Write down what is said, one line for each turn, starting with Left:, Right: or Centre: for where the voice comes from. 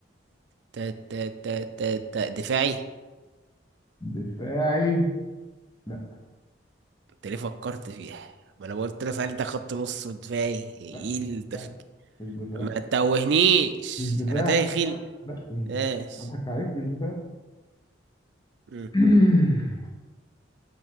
Right: تا تا تا تا تا دفاعي؟
Left: دفاعي لا
Right: انت ليه فكرت فيها؟ ما انا قلت لك سألت ده خط نص ودفاعي ايه
Left: لا مش دفاع
Right: التفكير؟
Left: مش دفاع
Right: ما تتوهنيش
Left: مش دفاع
Right: انا تايه خيل
Left: لا مش دفاع
Right: ايش
Left: اضحك عليك مش دفاع
Right: م.
Left: <clears throat>